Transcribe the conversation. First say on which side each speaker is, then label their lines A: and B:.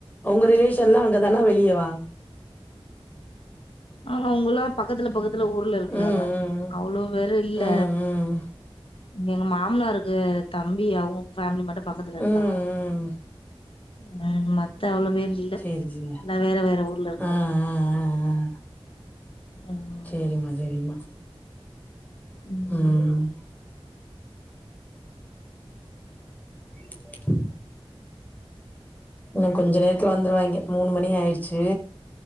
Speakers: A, on the left (about 15°); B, on the left (about 60°).
A: அவுங்க ரிலேஷன்லாம் அங்கதானா வெளியவா
B: ஆஹ் அவுங்க எல்லாம் பக்கத்துல பக்க த்துல ஊர்ல இருக்கறாங்க
A: ம் ம்
B: அவ்ளோ பேரும் இல்ல
A: ம் ம் ம்
B: எங்க மாமனாருக்கு தம்பி அவுங்க ஃபேமிலி மட்டும் பக்கத்துல இருக்காங்க
A: ம் ம்
B: உஹம் மத்த அவ்ளோ பேர் இல்ல
A: சேரி சேரி
B: எல்லா வேற வேற ஊர்ல இருக்காங்க
A: ஆஹ்ஹ்ஹ் உ <unintelligible>
B: ம்
A: சேரிம்மா சேரிம்மா
B: ம்
A: உம் <unintelligible> உ கொஞ்ச நேரத்துல வந்துருவாங்க மூணு மணி ஆயிடுச்சு